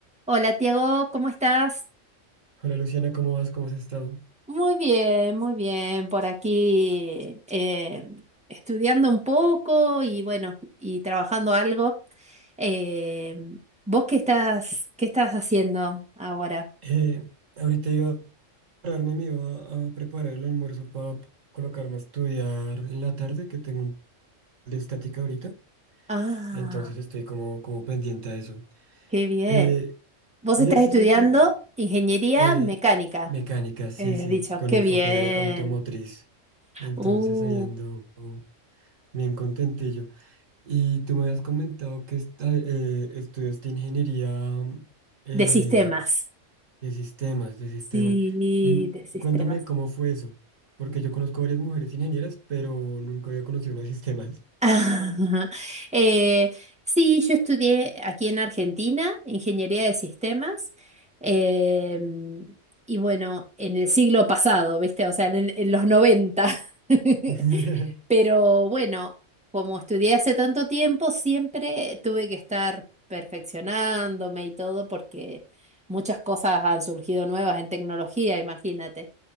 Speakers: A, in the centre; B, on the right.
A: Hola, Tiago, ¿cómo estás?
B: Hola Luciana, ¿cómo vas? ¿Cómo has estado?
A: Muy bien, muy bien. Por aquí eh, estudiando un poco y bueno, y trabajando algo. Eh, ¿vos qué estás, qué estás haciendo ahora?
B: Eh, ahorita iba a prepararme, me iba a preparar el almuerzo para colocarme a estudiar en la tarde, que tengo un de estática ahorita,
A: Ah,
B: entonces estoy como, como pendiente a eso.
A: qué bien.
B: Eh,
A: Vos
B: oye,
A: estás
B: sí,
A: estudiando
B: Lucy,
A: ingeniería
B: eh,
A: mecánica,
B: mecánica, sí,
A: eh,
B: sí,
A: dicho,
B: con
A: qué
B: enfoque
A: bien.
B: automotriz, entonces
A: Uh,
B: ahí ando bien contentillo. Y tú me has comentado que esta- eh, estudiaste ingeniería, eh,
A: de sistemas.
B: De sistemas, de sistemas.
A: Sí,
B: Mm,
A: de sistemas.
B: cuéntame cómo fue eso, porque yo conozco varias mujeres ingenieras, pero nunca había conocido una de sistemas.
A: <laughs> Ajá. Eh, sí, yo estudié aquí en Argentina ingeniería de sistemas em, y bueno, en el siglo pasado, ¿viste? O sea, en, el- en los noventa <laughs>
B: <laughs>
A: Pero bueno, como estudié hace tanto tiempo, siempre tuve que estar perfeccionándome y todo porque muchas cosas han surgido nuevas en tecnología, imagínate.